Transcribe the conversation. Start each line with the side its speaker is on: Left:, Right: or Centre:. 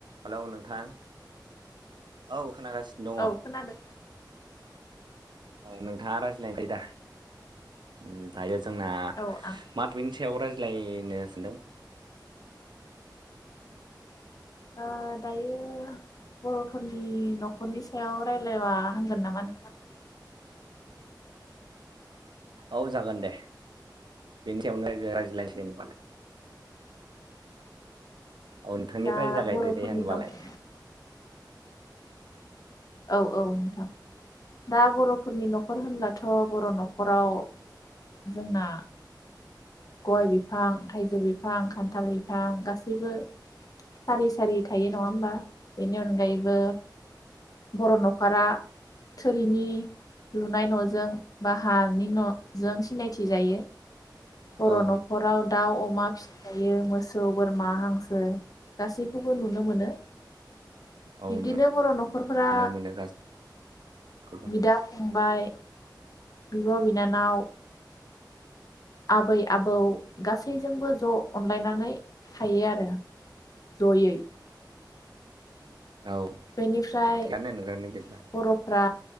Right: हेलौ नोंथां औ खोनागासिनो दङ।
Left: औ खोनादों
Right: औ नोंथाङा रायज्लायबाय दा उम दायो जोंना
Left: औ आं
Right: मा थपिकनि सायाव रायज्ला ज्लायनो सानदों
Left: ओ दायो बर'फोरनि न'खरनि सायाव रायलायबा हामगोन नामा नोंथां?
Right: औ जागोन दे, बेनि सायावनो <unintelligible> <inaudible> औ नोंथांनिफ्राय
Left: दा
Right: जागायदो
Left: बर'फोरनि
Right: दे होनबालाय।
Left: न'खर औ औ नोंथां। दा बर'फोरनि न'खर होनब्लाथ' बर' न'खराव जोंना गय बिफां, थाइजौ बिफां, खान्थाल बिफां गासैबो सारि सारि थायो नङा होमबा, बेनि अनगायैबो बर' न'खारा थोरिनि लुनाय न'जों बा हानि न'जों सिनायथि जायो। बर'
Right: औ
Left: न'खराव दाउ, अमा फिसनाय जायो मोसौ, बोरमा, हांसो गासैखौबो नुनो मोनो।
Right: औ
Left: बिब्दिनो बर' न'खरफोरा
Right: नुनो मोनो गासैखौबो
Left: बिदा फंबाय बिब' बिनानाव आबै आबौ गासैजोंबो ज' अनलायनानै थायो आरो ज'यै।
Right: औ
Left: बेनिफ्राय
Right: थिगानो नोंथांनि बिदिब्ला
Left: बर'फ्रा